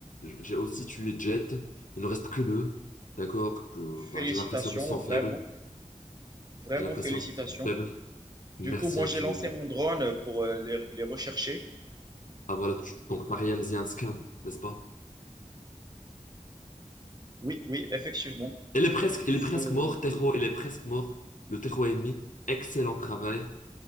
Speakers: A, on the left; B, on the right.
A: j'ai aussi tué Jet. Il ne reste que deux. D'accord? que,
B: félicitations,
A: bah, j'ai l'impression qu'ils sont
B: vraiment,
A: faibles.
B: vraiment
A: J'ai l'impression
B: félicitations.
A: qu'ils sont faibles. Merci
B: Du coup, moi,
A: infiniment.
B: j'ai lancé mon drone pour euh, les, les rechercher.
A: Ah voilà, tu- donc t'as réalisé un scan, n'est-ce pas?
B: Oui, oui, effectivement.
A: Il est presque,
B: Du coup,
A: il
B: faut...
A: est presque mort, Tejo, il est presque mort. Le Tejo est ennemi. Excellent travail.